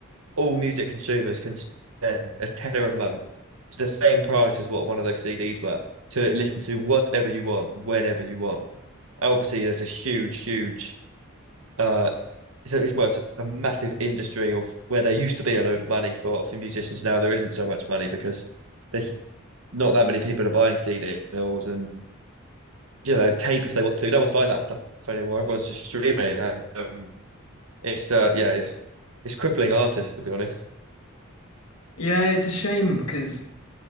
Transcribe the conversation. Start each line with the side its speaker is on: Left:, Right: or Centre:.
Right: all music consumers can spend a tenner a month to the same price as what one of those CDs were to listen to whatever you want whenever you want And obviously there's a huge huge uh so it's, well, it's a massive industry of where there used to be a load of money for for musicians now there isn't so much money because there's not that many people are buying CDs and you know tape if they want to. No one's buying that stuff anymore. Everyone's just streaming, and um, it's uh, yeah, it's it's crippling artists to be honest.
Left: Yeah, it's a shame because